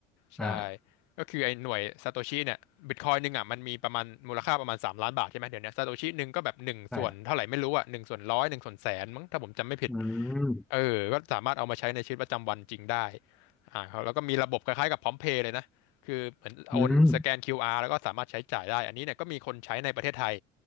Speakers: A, on the left (about 75°); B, in the centre.
A: ใช่
B: อ่า
A: ก็คือไอ้หน่วยซาโตชิเนี่ยบิตคอยหนึ่งอ่ะมันมีประมาณมูลค่าประมาณสามล้านบาทใช่ไหมเดี๋ยวเนี้ซาโตชิหนึ่งก็แบบหนึ่งส่วนเท่าไหร่ไม่รู้อ่ะหนึ่งส่วนร้อยหนึ่งส่วนแสนมั้งถ้าผมจำไม่ผิด
B: ใช่อืม
A: เออก็สามารถเอามาใช้ในชีวิตประจำวันจริงได้อ่าเขาแล้วก็มีระบบคล้ายๆกับพร้อมเพย์เลยนะ คือเหมือนโอนสแกน
B: อืม
A: QR แล้วก็สามารถใช้จ่ายได้อันนี้เนี่ยก็มีคนใช้ในประเทศไทย